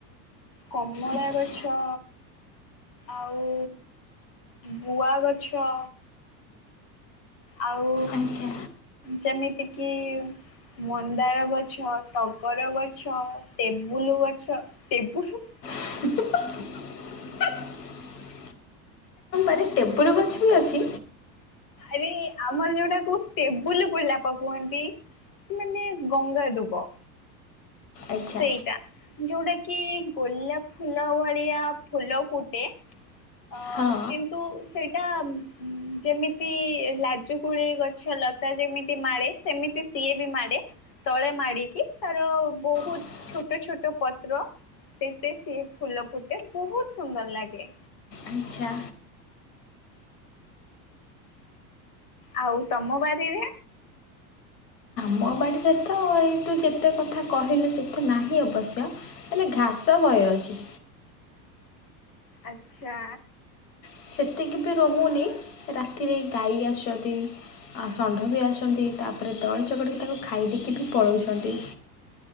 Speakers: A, on the left; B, on the left.
A: କମଳା
B: ଆଚ୍ଛା
A: ଗଛ ଆଉ ବୁଆ ଗଛ। ଆଉ
B: ଆଚ୍ଛା
A: ଯେମିତି କିି ମନ୍ଦାର ଗଛ, ଟଗର ଗଛ, ଟେବୁଲୁ ଗଛ ଟେବୁଲୁ
B: <inaudible> <unintelligible> ଆରେ ଟେବୁଲୁ ଗଛ ବି ଅଛି
A: ଆରେ ଆମର ଯୋଉଟାକୁ ଟେବୁଲୁ ଗୁଲାପ କୁହନ୍ତି। ମାନେ ଗଙ୍ଗା ଦୁବ।
B: ଆଚ୍ଛା
A: ସେଇଟା ଯୋଉଟା କି ଗୋଲାପ୍ ଫୁଲ ଭଳିଆ ଫୁଲ ଫୁଟେ। ଅ
B: ହଁ
A: କିନ୍ତୁ ସେ ଟା ଯେମିତି ଲାଜୁ କୁଳି ଗଛ ଲତା ଯେମିତି ମାଳେ ସେମିତି ସିଏ ବି ମାଡେ ତଳେ ମାଡିକି ତାର ବହୁତ
B: ହଁ
A: ଛୋଟ ଛୋଟ ପତ୍ର ସେତେ ସିଏ ଫୁଲ ଫୁଟେ ବହୁତ ସୁନ୍ଦର ଲାଗେ।
B: ଆଛା।
A: ଆଉ ତମ ବାରିରେ
B: ମୋ ବାଡିରେ ତ ଏଇ ତୁ ଯେତେ କଥା କହିଲୁ ସେତେ ନାହିଁ ଅବଶ୍ୟ ହେଲେ ଘାସ ବହେ ଅଛି।
A: ଆଚ୍ଛା।
B: ସେତିକି ବି ରହୁନି ରାତିରେ ଗାଈ ଆସୁଛନ୍ତି। ଆଉ ଷଣ୍ଢ ବି ଆସୁଛନ୍ତି ତାପରେ ଦଳି ଚକଡ଼ିକି ତାକୁ ଖାଇଦକି ବି ପଳଉଛନ୍ତି।